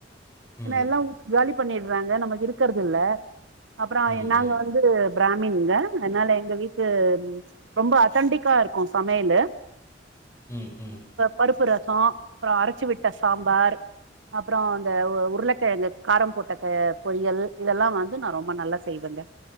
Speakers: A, on the left (about 15°); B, on the right (about 85°).
A: ம்,
B: ஏன்னா எல்லாம் காலி பண்ணிடுறாங்க நமக்கு இருக்கறது இல்ல அப்புறம்
A: ம், ம்,
B: நாங்க வந்து பிராமின்ங்க அதனால எங்க வீட்டு ரொம்ப அத்தெண்டிக்கா இருக்கும் சமையல்
A: உம் உம்
B: பருப்பு ரசம் அப்புறம் அரைச்சி விட்ட சாம்பார் அப்புறம் அந்த உருளைக்கிழங்கு காரம் போட்ட பொரியல் இதெல்லாம் வந்து நான் ரொம்ப நல்லா செய்வேங்க